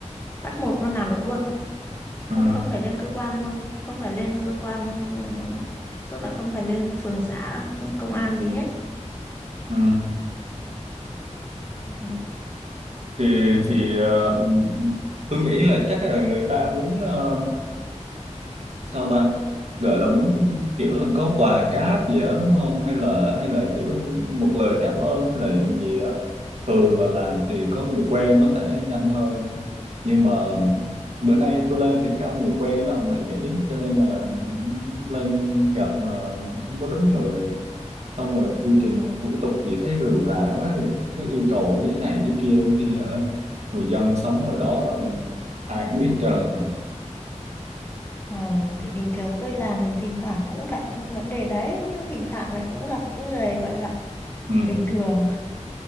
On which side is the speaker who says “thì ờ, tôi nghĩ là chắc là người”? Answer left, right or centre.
Right